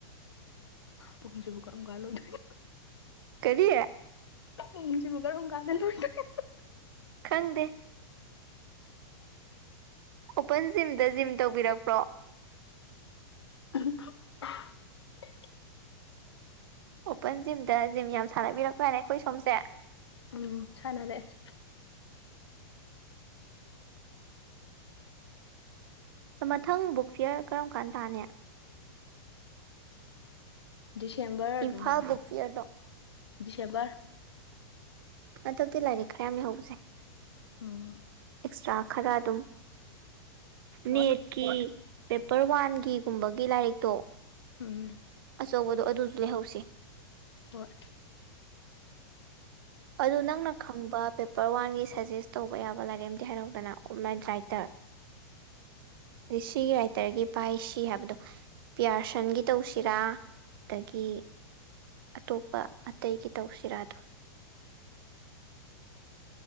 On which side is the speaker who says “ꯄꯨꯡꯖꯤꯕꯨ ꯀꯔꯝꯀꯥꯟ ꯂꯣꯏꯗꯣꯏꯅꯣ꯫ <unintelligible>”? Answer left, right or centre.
Left